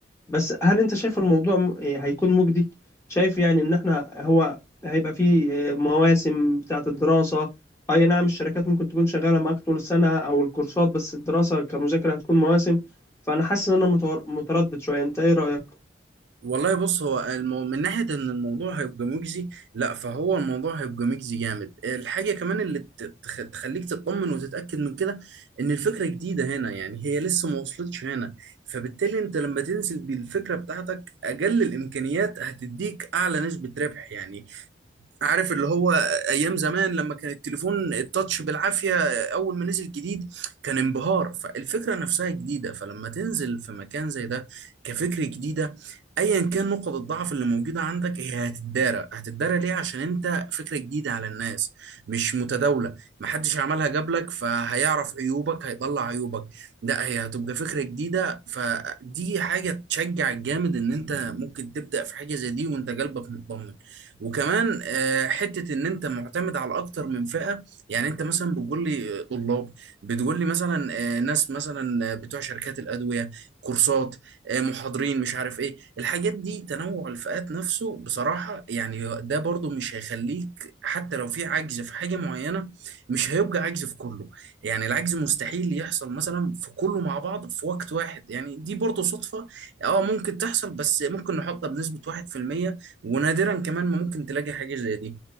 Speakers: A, on the left; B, on the right.
A: بس هل انت شايف الموضوع م- هيكون مجدي شايف يعني ان احنا هو هيبقى فيه آه، مواسم بتاعة الدراسة اي نعم الشركات ممكن تكون شغالة معاك طول السنة او الكورسات بس الدراسة كمذاكرة هتكون مواسم فانا حاسس ان انا متور- متردد شوية انت ايه رأيك
B: والله بص هو المو... من ناحية إن الموضوع هيبقى مجزي لا فهو الموضوع هيبقى مجزي جامد الحاجة كمان اللي ت- تخ... تخليك تطمن وتتأكد من كده إن الفكرة جديدة هنا يعني هي لسه ما وصلتش هنا فبالتالي أنت لما تنزل بالفكرة بتاعتك أقل الإمكانيات هتديك أعلى نسبة ربح يعني عارف اللي هو ايام زمان لما كان التليفون التاتش بالعافيه اول ما نزل جديد كان انبهار فالفكره نفسها جديده فلما تنزل في مكان زي ده كفكره جديده ايا كان نقط الضعف اللي موجوده عندك هي هتتدارى هتتدارى ليه عشان انت فكره جديده على الناس مش متداوله محدش عملها قبلك فهيعرف عيوبك هيطلع عيوبك لا هي هتبقى فكره جديده فدي حاجه تشجع جامد ان انت ممكن تبدا في حاجه زي دي وانت قلبك مطمن وكمان آه، حته ان انت معتمد على اكتر من فئه يعني انت مثلا بتقول لي آه، طلاب بتقول لي مثلا آه، ناس مثلا آه، بتوع شركات الادويه كورسات آه، محاضرين مش عارف ايه الحاجات دي تنوع الفئات نفسه بصراحه يعني ده برضو مش هيخليك حتى لو في عجز في حاجه معينه مش هيبقى عجز في كله يعني العجز مستحيل يحصل مثلا في كله مع بعض في وقت واحد يعني دي برضو صدفه اه ممكن تحصل بس ممكن نحطها بنسبه 1% ونادرا كمان ما ممكن تلاقي حاجة زي دي